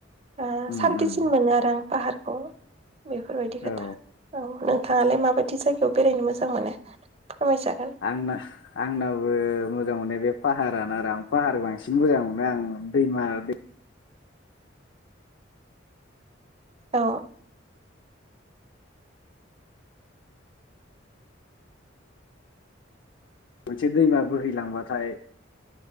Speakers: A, on the right (about 30°); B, on the left (about 65°).
A: ओ
B: उम
A: सान्थिसिन
B: उम
A: मोनो आरो आं पाहारखौ बेफोरबायदि खोथा
B: औ
A: औ। थाङालाय माबायदि जायगायाव बेरायनो मोजां मोनो? फोरमायजागोन
B: आंना आंनाबो मोजां मोननाय बे फाहारानो आरो आं फाहार बांसिन मोजां मोनो आं दैमा दै
A: अ
B: मोनसे दैमा बोहैलांबाथाय